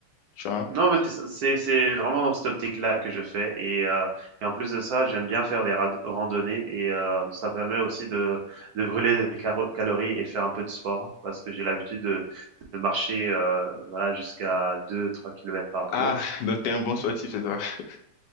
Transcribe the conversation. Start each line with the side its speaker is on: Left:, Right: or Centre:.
Left: Tu vois?
Right: Non, mais c'est c'est c'est vraiment dans cette optique-là que je fais et heu et en plus de ça, j'aime bien faire des rad randonnées et heu, ça permet aussi de de brûler des caro calories et faire un peu de sport parce que j'ai l'habitude de de marcher, heu, voilà, jusqu'à deux trois kilomètres par
Left: Ah
Right: jour.
Left: donc t'es un bon sportif c'est ça. <laughs>